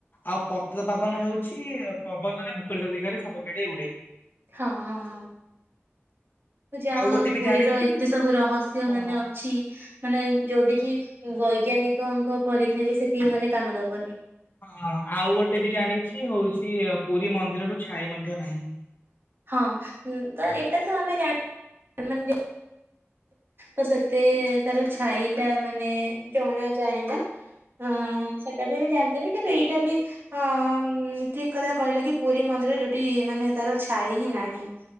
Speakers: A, on the left (about 45°); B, on the right (about 55°).
A: ଆଉ ପତିତପାବନ ହେଉଛି ପବନରେ ବିପରୀତ ଦିଗରେ ସବୁବେଳେ ଉଡେ।
B: ହଁ ହଁ ହଁ। ଯାହା
A: ଆଉ
B: ହଉ
A: ଗୋଟେ
B: ଆମ
A: ବି
B: ପୁରୀର
A: ଜାଣିଛି
B: ଏତେ ସବୁ ରହସ୍ୟ
A: ହଁ
B: ମାନେ ଅଛି। ମାନେ ଯୋଉଠିକି ବୈଜ୍ଞାନିକଙ୍କ ପରୀକ୍ଷା ବି ସେଠି ମାନେ କାମ ଦବନି।
A: ହଁ ଆଉ ଗୋଟେ ବି ଜାଣିଛି ହଉଛି ପୁରୀ ମନ୍ଦିରର ଛାଇ ମଧ୍ୟ ନାହିଁ।
B: ହଁ ତ ଏଇଟା ତ ଆମେ ଜାଣି ମାନେ ତ ସେତି ତାର ଛାଇ ଟା ମାନେ ଜଣା ଯାଏନା। ହଁ ହଁ ସେଟା ବି ବି ଜାଣିଥିବି କିନ୍ତୁ ଏଇଟା ବି ହଁ ଠିକ୍ କଥା କହିଲେ କି ପୁରୀ ମନ୍ଦିରରେ ଯୋଉଠି ମାନେ ତାର ଛାଇ ହିଁ ନାହିଁ।